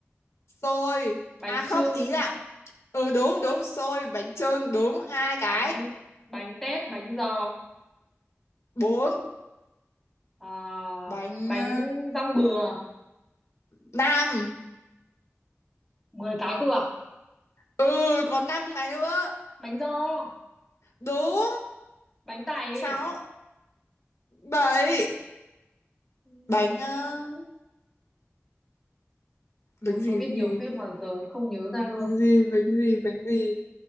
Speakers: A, on the left (about 85°); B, in the centre.
A: xôi
B: bánh
A: à không
B: chưng,
A: ý là ừ đúng đúng xôi bánh chưng đúng hai cái
B: bánh bánh tét, bánh giò,
A: bốn
B: à,
A: bánh
B: bánh
A: ờ,
B: răng bừa,
A: năm
B: 10 cái cơ à?
A: ừ còn năm ngày nữa
B: bánh giò
A: đúng
B: bánh tày
A: sáu bảy
B: Ừm,
A: bánh ờ, bánh
B: ôi
A: gì
B: tôi biết
A: bánh
B: nhiều
A: gì
B: phép mà giờ lại không nhớ ra luôn
A: bánh gì bánh gì bánh gì